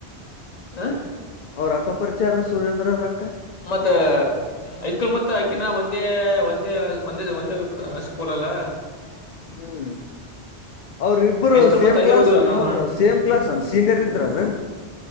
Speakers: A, on the left; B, on the left.
A: ಹ
B: ಅವ ರ ಅಕ್ಕಪರಿಚಾರ ಸುರೇಂದ್ರ ರ
A: ಮತ್ತ ಐಸ್ಕ್ರೂಲ್ ಮ ಆಐಕಿನ ಒಂದೇ ಒಂದೇ ಒಂದ ಇ ಸ್ಕೂಲಲ್ಲ
B: ಹ್ಮ್ ಅವ್ರ ಇಬ್ರು
A: ಹೈಸ್ಕೂಲ್
B: ಸೇಮ್
A: ಮತ್ತ ಅಲ್ಲೇ
B: ಕ್ಲಾಸ್
A: ಓದಿವಲ್ಲ
B: ಅನ
A: ನಾವುನು
B: ಅವರು ಸೇಮ್ ಕ್ಲಾಸ್ ಅನ ಸೀನಿಯರ್ ಇದ್ರಾನ